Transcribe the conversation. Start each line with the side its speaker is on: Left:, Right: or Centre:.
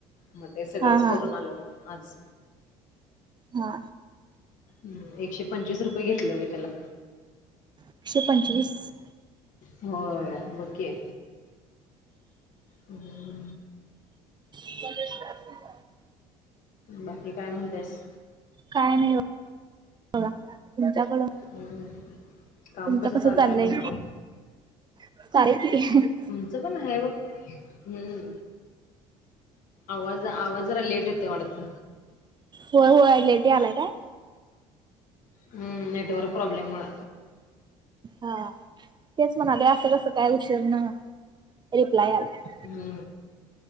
Left: मग ते सगळंच
Right: हा हा
Left: करून आलो मग आज.
Right: हा
Left: हम्म एकशे पंचवीस रुपये घेतलं बाई त्याला,
Right: एकशे पंचवीस.
Left: होय बघ की, हम्म
Right: <unintelligible>
Left: बाकी काय म्हणतेस
Right: काय नाही बघा. तुमच्याकडं,
Left: हम्म, काम
Right: तुमचं
Left: कसं
Right: कस चाललंय?
Left: तुमचं
Right: <unintelligible>
Left: च पण हाय बग हम्म आवाज आवाज जरा लेट येतोय वाढत.
Right: होय होय लेट यालाय काय?
Left: हुं नेटवर्क प्रॉब्लेममुळ
Right: हां तेच म्हणालोय असं कसं काय उशीरन रिप्लाय यालाय.
Left: हुं